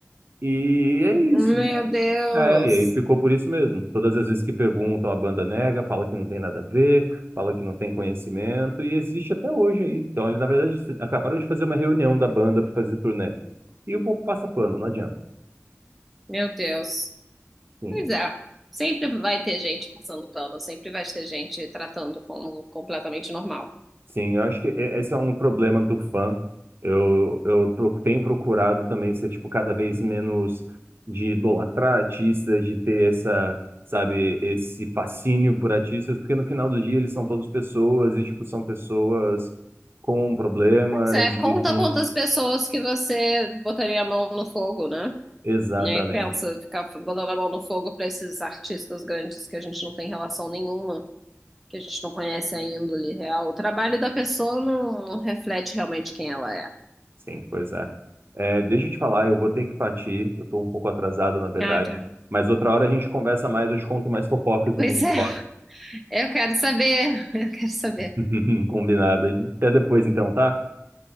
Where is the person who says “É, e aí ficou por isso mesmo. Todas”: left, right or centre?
Right